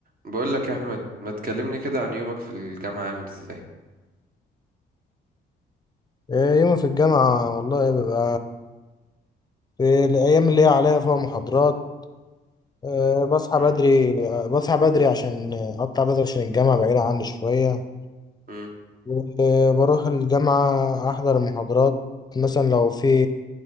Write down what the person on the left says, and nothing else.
إيه، يومي في الجامعة والله بيبقى في الأيام اللي هي عليا فيها محاضرات إيه، بصحى
بدري بصحى بدري عشان أقطع بدري عشان الجامعة بعيدة عني شوية
وبروح الجامعة أحضر المحاضرات مثلا لو في